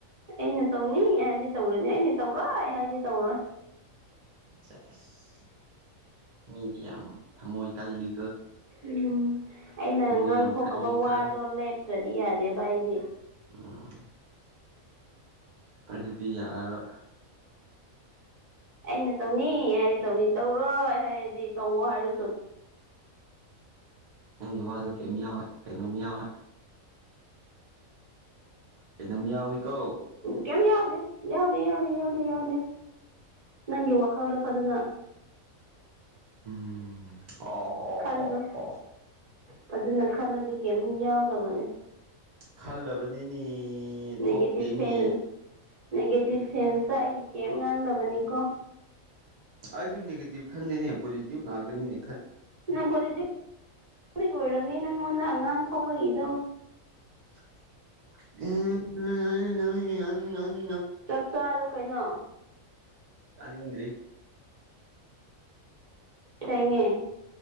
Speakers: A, on the right; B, on the right.
A: ꯑꯩꯅ ꯇꯧꯅꯤ ꯑꯩ ꯍꯥꯏꯗꯤ ꯇꯧꯔꯦꯅꯦ ꯑꯩꯅ ꯇꯧꯔꯣ ꯑꯩ ꯍꯥꯏꯗꯤ ꯇꯧꯔꯣꯏ
B: ꯆꯁ ꯃꯤꯗꯤ ꯌꯥꯝ ꯊꯃꯣꯏ ꯀꯜꯂꯤ
A: ꯎꯝ ꯑꯩꯅ
B: ꯊꯃꯣꯏ
A: ꯉꯥꯡꯊꯣꯛꯀꯕ
B: ꯌꯥꯝ ꯀꯜꯂꯤꯒ
A: ꯋꯥꯗꯣ ꯂꯦꯞꯇ꯭ꯔꯗꯤ ꯌꯥꯗꯦꯕ ꯑꯩꯗꯤ
B: ꯑꯣ ꯑꯗꯨꯗꯤ ꯌꯥꯔ ꯔꯣꯏ
A: ꯑꯩꯅ ꯇꯧꯅꯤ ꯌꯥꯗꯤ ꯇꯧꯅꯤ ꯇꯧꯔꯣꯏ ꯍꯥꯏꯔꯗꯤ ꯇꯧꯋꯣ ꯍꯥꯏꯔꯁꯨ
B: ꯅꯪꯒꯤ ꯋꯥꯗꯣ ꯀꯩꯝ ꯌꯥꯎꯋꯦ ꯀꯩꯅꯣꯝ ꯌꯥꯎꯋꯦ ꯀꯩꯅꯣꯝ ꯌꯥꯎꯔꯤ ꯀꯤ
A: ꯀꯦꯝ ꯌꯥꯎꯗꯦ ꯌꯥꯎꯗꯦ ꯌꯥꯎꯗꯦ ꯌꯥꯎꯗꯦ ꯌꯥ ꯅꯪꯒꯤ ꯋꯥꯈꯜꯗ ꯐꯖꯅ
B: ꯎꯝ ꯑ
A: ꯈꯜꯂꯣ
B: ꯍꯣ ꯍ
A: ꯐꯖꯅ ꯈꯜꯂꯗꯤ ꯀꯦꯝ ꯌꯥꯎꯗꯕꯅꯦ
B: ꯈꯜꯂꯕꯅꯤꯅꯦ
A: ꯅꯦꯒꯦꯇꯤꯚꯦ
B: ꯊꯣꯛꯇꯦꯅꯦ
A: ꯐꯔ꯭ꯦꯟꯗ ꯅꯦꯒꯦꯔꯤꯚꯦ ꯁꯦꯟꯁꯇ ꯑꯩ ꯀꯦꯕ ꯉꯥꯡꯗꯕꯅꯤꯀꯣ
B: ꯑꯩꯁꯨ ꯅꯦꯒꯦꯇꯤꯚ ꯈꯟꯗꯦꯅꯦ ꯄꯣꯖꯤꯇꯤꯚ ꯂꯥꯛꯀꯅꯤꯅꯦ
A: ꯅꯪꯕꯨꯗꯤ ꯑꯣꯏꯔꯝꯅꯤ ꯅꯪꯉꯣꯟꯗ ꯑꯉꯥꯡ ꯊꯣꯛꯂꯛꯏꯗꯣ
B: ꯎꯪꯪꯪ
A: ꯆꯥꯛ ꯆꯥꯔꯣ ꯀꯩꯅꯣ
B: ꯆꯥꯅꯤꯡꯗ꯭ꯔꯤ
A: ꯁꯦꯡꯉꯦ